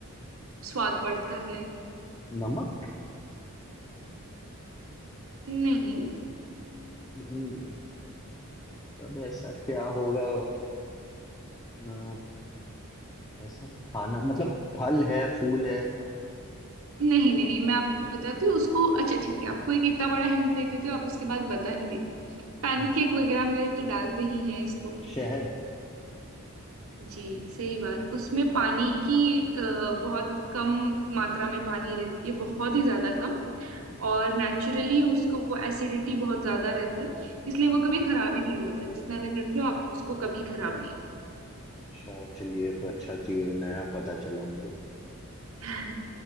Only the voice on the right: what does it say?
स्वाद बढ़ता है
नहीं
नहीं नहीं मैं आपको बताती हूँ उसको अच्छा ठीक है आपको एक इतना बड़ा हिंट दे देती हूँ आप इसके बाद बता ही देंगे पैनकेक
वगैरह में तो डालते ही हैं इसको
जी सही बात उसमें पानी की अ, बहुत कम मात्रा में पानी रहती है बहुत ही ज्यादा कम और नेचुरली उसको वो एसिडिटी बहुत ज्यादा रहता है इसलिए वो कभी खराब ही नहीं होता जितना दिन रख लो आप उसको कभी खराब नहीं
होगा